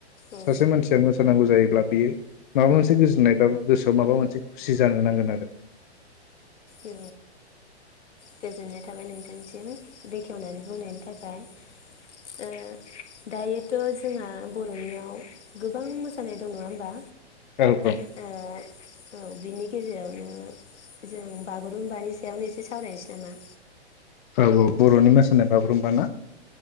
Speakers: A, on the left (about 85°); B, on the left (about 45°).
A: औ
B: सासे मानसिया मोसानांगौ जायो। बियो माबा मोनसे गोजोननाय बा गोसोआव माबा मोनसे खुसि जानो नांगोन आरो
A: औ गोजोननाय थाबाय नोंथांसिम बेखेवनानै बुंनायनि थाखाय ओ दायोथ जोंङा - बरनियाव गोबां मोसानाय दङ नङा होमबा?
B: औ औ
A: ओ औ बिनि गेजेरावनो जों बागुरुम्बानि सायावनो एसे सावरायनोसै नामा?
B: औ औ बरनि मोसानाय बागुरुम्बा ना